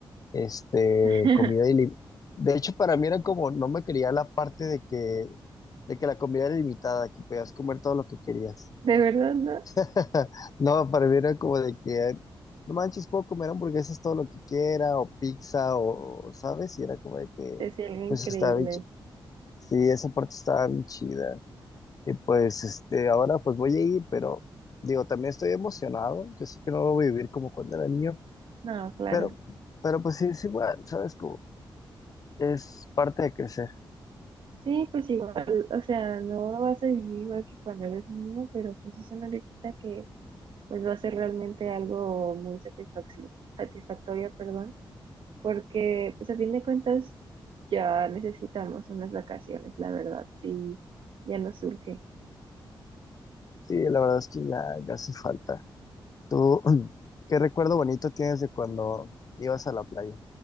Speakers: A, on the left; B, on the right.
A: este,
B: <laughs>
A: comida ilimitada. De hecho, para mí era como, no me quería la parte de que, de que la comida era ilimitada, que podías comer todo lo que querías.
B: De verdad, ¿no?
A: <laughs> No, para mí era como de que, no manches, puedo comer hamburguesas todo lo que quiera, o pizza, o, ¿sabes? Y era como de que,
B: Es algo increíble.
A: pues estaba bien, chi- sí, esa parte estaba bien chida. Y pues, este, ahora pues voy a ir, pero digo, también estoy emocionado, yo sé que no lo voy a vivir como cuando era niño,
B: No, claro.
A: pero, pero pues sí, es igual, ¿sabes? Es parte de crecer.
B: Sí, pues igual, o sea, no lo vas a vivir igual que cuando eres niño, pero pues eso no le quita que pues va a ser realmente algo muy satisfactorio, satisfactorio, porque pues a fin de cuentas ya necesitamos unas vacaciones, la verdad, sí, ya nos surge.
A: Sí, la verdad es que ya, ya hace falta. ¿Tú <clears throat> qué recuerdo bonito tienes de cuando ibas a la playa